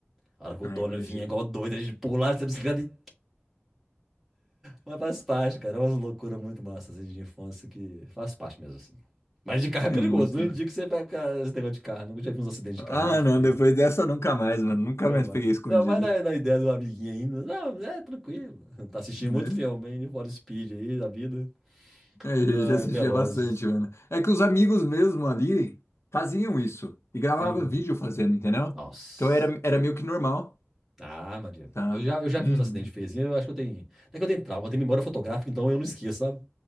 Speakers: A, in the centre; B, on the left (about 85°).
A: A hora que
B: Ah,
A: o dono
B: imagina.
A: vinha igual doido, a gente pulava essa bicicleta e Mas faz parte, cara. É umas loucuras muito massas assim, de infância que faz parte mesmo, assim. Mas de carro é perigoso.
B: É muito.
A: Não indico que você vai ficar esse negócio de carro. Nunca já vi uns acidentes de carro
B: Ah,
A: muito
B: não,
A: feio,
B: depois
A: velho.
B: dessa nunca mais, mano. Nunca
A: Nunca
B: mais
A: mais.
B: peguei escondido,
A: Não, vai na, na ideia do amiguinho ainda. Não, é tranquilo. <laughs> Tá assistindo
B: né?
A: muito filme, hein? Need Speed aí, da vida.
B: É, eu
A: Ah,
B: já assistia
A: Velozes.
B: bastante, mano. É que os amigos mesmo ali faziam isso e gravavam
A: Tem.
B: vídeo fazendo, entendeu?
A: Nossa.
B: Então era, era meio que normal,
A: Ah, Maria.
B: tá?
A: Eu já, eu já
B: Uhum.
A: vi uns acidentes feios. assim, Eu acho que eu tenho. Até que eu tenho trauma, eu tenho memória fotográfica, então eu não esqueço, sabe?